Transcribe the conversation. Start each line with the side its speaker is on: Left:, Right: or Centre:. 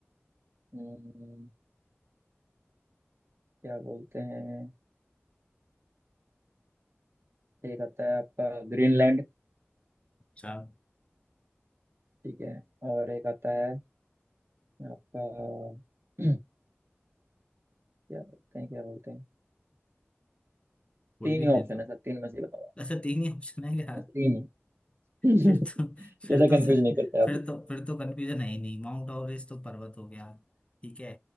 Right: हम्म, क्या बोलते हैं एक आता है आपका ग्रीनलैंड
Left: अच्छा
Right: ठीक है और एक आता है आपका <clears throat> क्या बोलते हैं क्या बोलते हैं
Left: कोई
Right: तीन
Left: भी
Right: ही ऑप्शन
Left: दे दो
Right: है सर तीन में से ही बताओ आप।
Left: ऐसा तीन ही ऑप्शन है यार
Right: बस तीन ही <laughs> ज्यादा
Left: फिर तो फिर तो
Right: कंफ्यूज
Left: सर
Right: नहीं करते
Left: फिर
Right: आप
Left: तो फिर तो कंफ्यूजन है ही नहीं माउंट एवरेस्ट तो पर्वत हो गया ठीक है